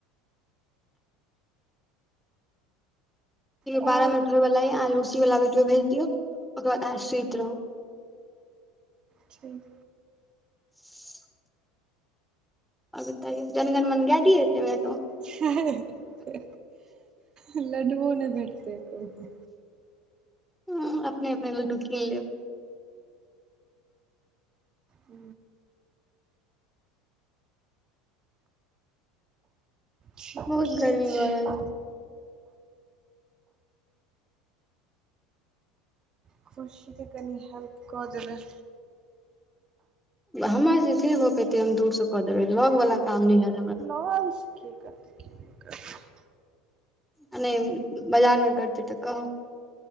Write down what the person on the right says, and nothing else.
आओर
ठीक
हा हा लड्डुओ नहि भेटते कोइ।
ह ठीके
छै
खुशी के कनि हेल्प क देबै।
नै से कि करतय कि नय करतय